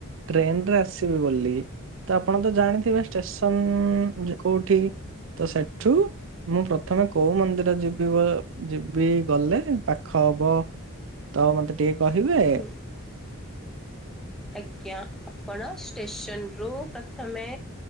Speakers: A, on the right; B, in the centre.
A: ଟ୍ରେନରେ ଆସିବି ବୋଲି। ତ ଆପଣ ତ ଜାଣିଥିବେ ଷ୍ଟେସନ ଅ କୋଉଠି ତ ସେଠୁ ମୁଁ ପ୍ରଥମେ କୋଉ ମନ୍ଦି ଯିବି ବ ଯିବି ଗଲେ ପାଖ ହବ ତ ମତେ ଟିକେ କହିବେ?
B: ହୁଁ ଆଜ୍ଞା ଆପଣ ଷ୍ଟେସନ ରୁ ପ୍ରଥମେ